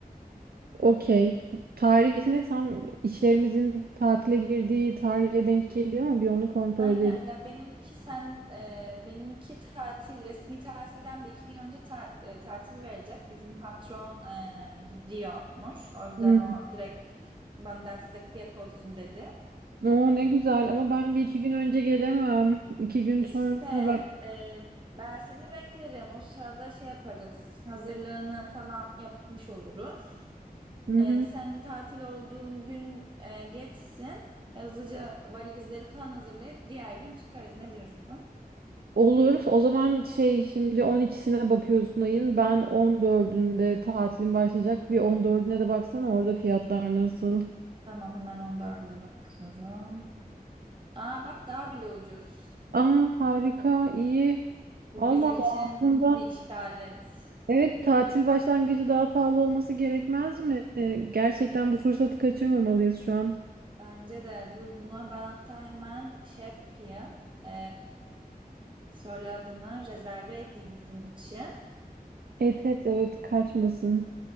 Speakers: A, on the right; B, on the right.
A: Okey. Tarihine tam işlerimizin tatile girdiği tarihe denk geliyor mu? Bir onu kontrol
B: Aynen.
A: edelim.
B: Ya benimki sen e, benimki tatil resmi tatilden bir iki gün önce ta- e, tatil verecek. Bizim patron e, gidiyormuş. O yüzden
A: Hı.
B: o direkt benden size kıyak olsun dedi.
A: Oo, ne güzel ama ben bir iki gün önce gelemem. İki gün
B: İşte
A: sonrasına bak.
B: e, ben seni beklerim. O sırada şey yaparız. Hazırlığını falan yapmış oluruz.
A: Hı hı.
B: E, senin tatil olduğun gün e, geçsin. Hızlıca valizleri falan hazırlayıp diğer gün çıkarız. Ne diyorsun?
A: Olur. O zaman şey şimdi 12'sine bakıyorsun ayın. Ben 14'ünde tatilim başlayacak. Bir 14'üne de baksana orada fiyatlar nasıl.
B: Tamam hemen on dörde bakıyorum. Aa bak daha bile ucuz.
A: Aa harika, iyi.
B: Bu
A: Allah
B: bizim için
A: Allah aslında.
B: bir işaret.
A: Evet tatil başlangıcı daha pahalı olması gerekmez mi? Ee, Gerçekten bu fırsatı kaçırmamalıyız şu an.
B: Bence de dur bunu ben hatta hemen şey yapayım. E, söyle adını rezerve edeyim bizim için.
A: Et et evet kaçmasın.